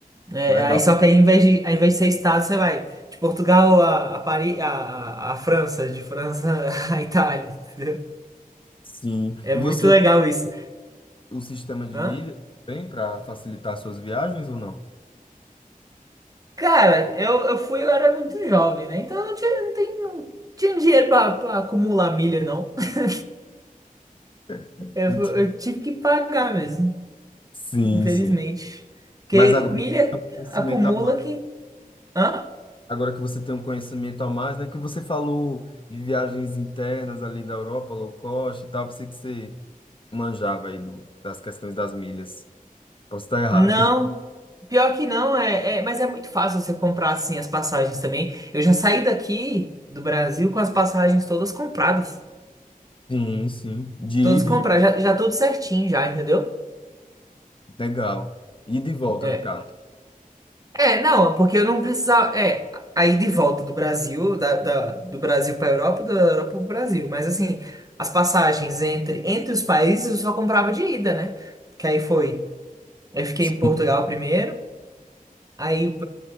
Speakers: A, on the right (about 25°); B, on the left (about 35°).
A: É,
B: Legal.
A: aí só que aí, em vez de, ao invés de ser estado, você vai de Portugal a, a, Paris, a, a, a França, de França <laughs> a Itália, entendeu?
B: Sim.
A: É
B: E
A: muito
B: você,
A: legal isso.
B: o sistema de
A: Hã?
B: milhas tem para facilitar suas viagens ou não?
A: Cara, eu, eu fui, eu era muito jovem, né? Então eu não tinha, não tem- não tinha dinheiro pra, pra acumular milha, não. <laughs>
B: <laughs>
A: Eu,
B: Ent-
A: fu- eu tive que pagar mesmo,
B: Sim,
A: infelizmente.
B: sim.
A: Porque
B: Mas agora
A: milha
B: o conhecimento
A: acumula
B: a
A: que. Hã?
B: Agora que você tem um conhecimento a mais, né? Que você falou de viagens internas ali da Europa, low cost e tal, pensei que você manjava aí do, das questões das milhas. Posso estar errado.
A: Não, pior que não, é, é- mas é muito fácil você comprar assim as passagens também. Eu já saí daqui do Brasil com as passagens todas compradas.
B: <laughs> Sim, sim. De
A: Todas
B: ida
A: compradas,
B: e de...
A: já, já tudo certinho já, entendeu?
B: Legal. Ida e volta,
A: É.
B: no caso.
A: É, não, porque eu não precisava. É, aí de volta do Brasil, da, da- do Brasil para Europa, da Europa para o Brasil. Mas assim, as passagens entre, entre os países eu só comprava de ida, né? Que aí foi. Eu fiquei
B: Sim.
A: em Portugal primeiro, aí